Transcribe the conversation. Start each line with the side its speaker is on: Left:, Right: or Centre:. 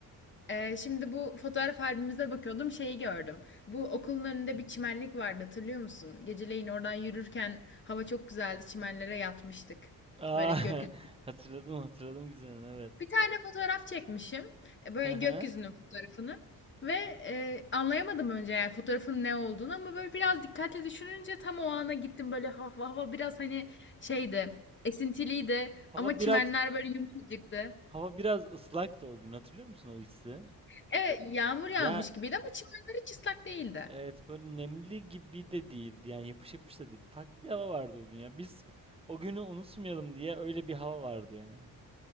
Left: Ee, şimdi bu fotoğraf albümümüze bakıyordum. Şeyi gördüm. Bu okulun önünde bir çimenlik vardı hatırlıyor musun? Geceleyin oradan yürürken hava çok güzeldi. Çimenlere yatmıştık.
Right: Aa,
Left: Böyle gökyüzü.
Right: <laughs> hatırladım hatırladım güzelim evet.
Left: Bir tane fotoğraf çekmişim. E, böyle
Right: Hı hı.
Left: gökyüzünün fotoğrafını ve, eee, anlayamadım önce yani fotoğrafın ne olduğunu ama böyle biraz dikkatli düşününce tam o ana gittim. Böyle hava hava biraz, hani, şeydi, esintiliydi
Right: Hava
Left: ama
Right: biraz
Left: çimenler böyle yumuşacıktı.
Right: hava biraz ıslaktı o gün hatırlıyor musun o hissi?
Left: Evet, yağmur yağmış
Right: Ya
Left: gibiydi ama çimenler hiç ıslak değildi.
Right: Evet böyle nemli gibi de değildi. Yani yapış yapış da değildi. Farklı bir hava vardı o gün ya. Biz o günü unutmayalım diye öyle bir hava vardı yani.